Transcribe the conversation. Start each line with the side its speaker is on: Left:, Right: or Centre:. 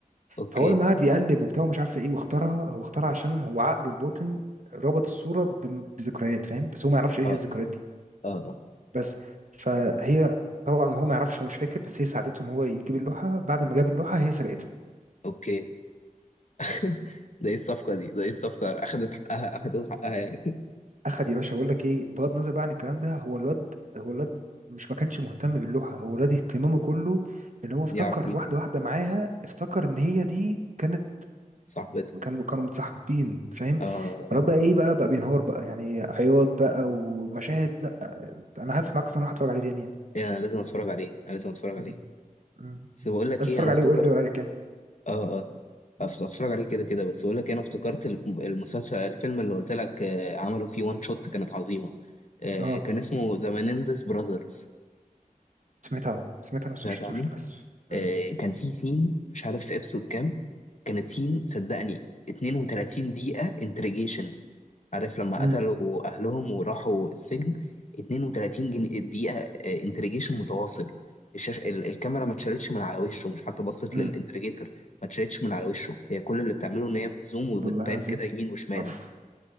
Left: اوكي
Right: فهو لما قعد يقلب وبتاع ومش عارف ايه واختارها هو اختارها عشان هو عقله الباطن ربط الصوره ب- بذكريات فاهم بس هو ما يعرفش ايه
Left: اه
Right: هي الذكريات دي
Left: اه اه
Right: بس فهي طبعا هو ما يعرفش هو مش فاكر بس هي ساعدته ان هو يجيب اللوحه بعد ما جاب اللوحه هي سرقتها
Left: اوكي <laughs>
Right: بس
Left: ده ايه الصفقة دي ده ايه الصفقة اخدت حقها اخدت حقها يعني
Right: اخد يا باشا بقول لك ايه بغض النظر بقى عن الكلام ده هو الواد هو الواد مش ما كانش مهتم باللوحه هو الواد اهتمامه كله
Left: <laughs>
Right: ان هو افتكر
Left: دي اعرف مين
Right: واحده
Left: دي
Right: واحده معاها افتكر ان هي دي كانت
Left: صاحبتها
Right: كانوا كانوا متصاحبين فاهم
Left: اه
Right: فالواد بقى ايه بقى بقى بينهار بقى يعني عياط بقى ومشاهد لا انا هقف معاك اصلا هتفرج عليه تاني يعني
Left: ايه انا لازم اتفرج عليه انا لازم اتفرج
Right: م-
Left: عليه
Right: م-
Left: بس
Right: م.
Left: بقول لك
Right: بس
Left: ايه
Right: اتفرج
Left: انا
Right: عليه
Left: افتكرت
Right: وقول لي رايك يعني
Left: اه اه هف- هتفرج عليه كده كده بس بقول لك إيه، انا افتكرت الف- المسلسل الفيلم اللي قلت لك آه، عملوا فيه وان شوت كانت عظيمه آه،
Right: اه
Left: كان اسمه ذا مينيندس براذرز
Right: سمعت عنه سمعت عنه
Left: سمعت
Right: بس مشفتوش
Left: عنه
Right: للاسف
Left: آه،
Right: م-
Left: كان في سين مش عارف في ابسود كام كانت سين صدقني 32 دقيقه انتريجيشن عارف لما
Right: م-
Left: قتلوا أهلهم وراحوا السجن 32 جنيه دقيقة انتريجيشن متواصل الشاشة ال- الكاميرا ما اتشالتش من على وشه مش حتى بصت
Right: م.
Left: للانتريجيتور ما اتشالتش من على وشه هي كل اللي بتعمله إن هي بتزوم وبتبان
Right: والله انا زي
Left: كده يمين وشمال
Right: اوف